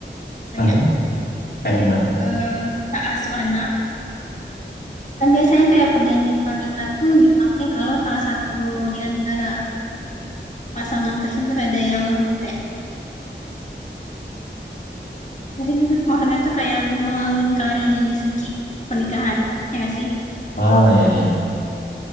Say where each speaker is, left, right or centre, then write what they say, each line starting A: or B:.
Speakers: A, on the left; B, on the left.
A: kayak
B: Aha. kayak gimana? tuh?
A: eh, hak asuh anak. Kan biasanya kayak perjanjian pernikah tuh dipakai kalau salah satu di antara pasangan tersebut ada yang kayak maksudnya, maksudnya tuh kayak mengingkari janji suci pernikahan, ya nggak sih?
B: Oh iya iya,